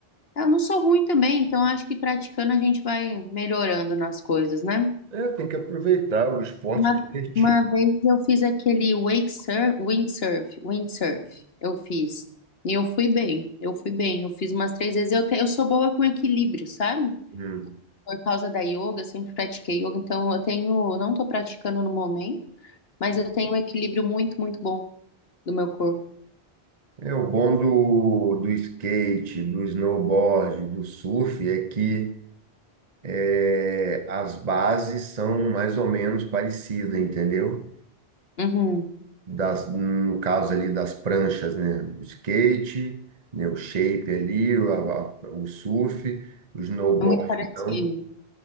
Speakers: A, on the left (about 65°); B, on the right (about 40°).
A: Eu não sou ruim também, então eu acho que praticando a gente vai melhorando nas coisas, né?
B: É, tem que aproveitar o esporte
A: Uma,
B: é divertido.
A: uma vez eu fiz aquele wake surf, windsurf, windsurf, eu fiz. E eu fui bem, eu fui bem. Eu fiz umas três vezes. Eu, te- eu sou boa com equilíbrio, sabe?
B: Uhum.
A: por causa da yoga, eu sempre pratiquei yoga, então eu tenho, não tô praticando no momento, mas eu tenho um equilíbrio muito, muito bom do meu corpo.
B: É, o bom do, do skate, do snowboard, do surf é que é, as bases são mais ou menos parecidas, entendeu?
A: Uhum.
B: das, no caso ali das pranchas, né? O skate, né? O shape ali, o, a- a- o surf, o snowboard.
A: É muito parecido.
B: Então,